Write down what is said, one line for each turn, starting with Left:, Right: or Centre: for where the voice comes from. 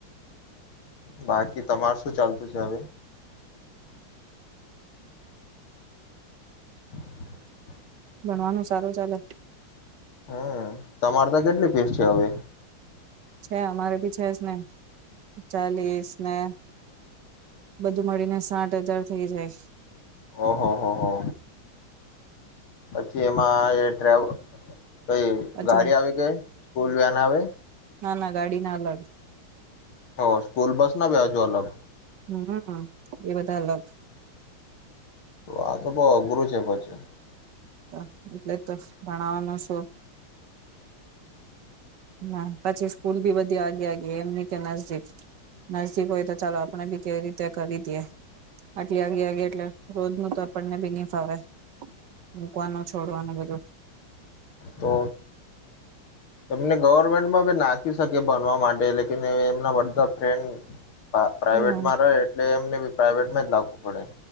Left: બાકી તમાસ તો ચાલતું છે હવે. <inaudible>
Right: ભણવાનું સારું ચાલે
Left: હમ્મ તમારે ત્યાં કેટલી ફીસ છે હવે
Right: છે અમારે ભી છે સ ને ચાલીસ ને બધું મળીને સાઠ હજાર થઇ જાય
Left: ઓહો હો હો. પછી એમાં કઈ
Right: અચ્છા
Left: ગાડી આવી ગઈ સ્કૂલ વેન આવે.
Right: નાના ગાડીના અલગ
Left: હ સ્કૂલ બસના વ્યાજો અલગ.
Right: હમ્મ હમ્મ હમ્મ એ બધા અલગ
Left: આ તો બહુ અઘરું છે પછી.
Right: તો એટલે તો ભણાવવાનું શું. <unintelligible> પછી સ્કૂલ બી બધી આગે-આગે એમ નહીં કે નજદીક નજદીક હોય તો ચાલો આપણે બી કેવી રીતે કરી દયે આટલી આગે-આગે એટલે રોજનું તો આપણને ભી ની ફાવે મુકવાનું છ <unintelligible> બધું
Left: તો એમને ગવર્મેન્ટ માભી નાખી શકીએ ભણવા માટે લેકિન એમના બધા ફ્રેન્ડ હા, પ્રાઈવેટ
Right: હમ
Left: માં રહે એટલે એમને તોએ પ્રાઈવેટમાં જ લાગુ પડે.